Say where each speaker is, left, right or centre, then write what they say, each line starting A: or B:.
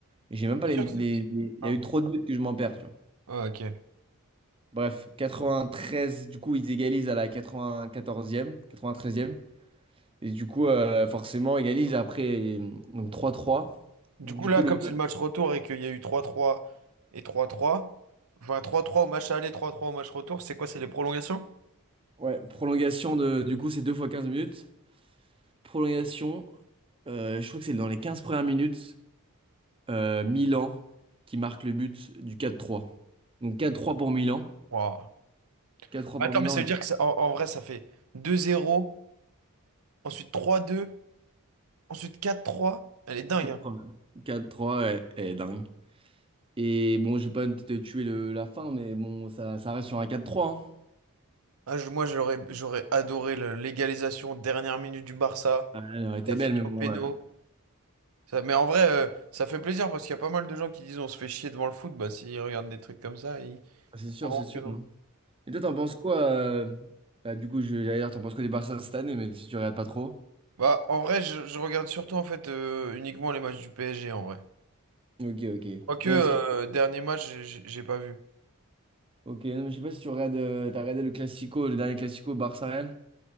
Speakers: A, on the right; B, on the right.
A: Et J'ai même pas
B: C'est
A: les,
B: sûr
A: les-
B: que c'est...
A: les- Il
B: Ah,
A: y a eu trop de buts que je m'en perds, tu vois.
B: ah, ok.
A: Bref, 93. du coup, ils égalisent à la quatre-vingt-quatorzième, quatre-vingt-treizième. Et du coup, euh, forcément, égalise après, donc trois trois
B: Du
A: Donc,
B: coup,
A: du
B: là,
A: coup, le,
B: comme c'est le match retour et qu'il y a eu trois trois et trois trois, enfin trois trois au match aller, trois trois au match retour, c'est quoi? C'est les prolongations?
A: ouais, prolongation de, du coup, c'est 2 fois 15 minutes. Prolongation, euh, je crois que c'est dans les 15 premières minutes, euh, Milan qui marque le but du quatre trois Donc, quatre trois pour Milan.
B: Wow.
A: quatre trois
B: Attends,
A: pour Milan.
B: mais ça veut dire que ça- en, en vrai, ça fait deux zéro, ensuite trois deux, ensuite quatre trois. Elle est dingue,
A: quatre
B: hein.
A: trois quatre trois ouais, ouais, dingue. Et bon, j'ai pas te tuer le- la fin, mais bon, ça, ça reste sur un quatre trois hein.
B: Ah, je- moi, j'aurais, j'aurais adoré le- l'égalisation, dernière minute du Barça.
A: Ah, Elle aurait été
B: Ça
A: belle,
B: finit
A: mais
B: au
A: bon,
B: péno.
A: ouais.
B: Ça- mais en vrai, euh, ça fait plaisir parce qu'il y a pas mal de gens qui disent on se fait chier devant le foot. Bah, s'ils regardent des trucs comme ça, ils.
A: Ah, C'est sûr,
B: Oh,
A: c'est sûr.
B: que non.
A: hein. Et toi, t'en penses quoi euh, bah, du coup, je- j'allais dire, t'en penses quoi du Barça cette année, mais si tu regardes pas trop.
B: Bah, en vrai, je, je regarde surtout en fait euh, uniquement les matchs du PSG en vrai.
A: Ok, ok. Ouais,
B: Quoique, euh,
A: est-ce que tu-
B: dernier match, j'ai j'ai- j'ai pas vu.
A: Ok, non, mais je sais pas si tu regardes, euh, t'as regardé le Classico, le dernier Classico Barça-Real?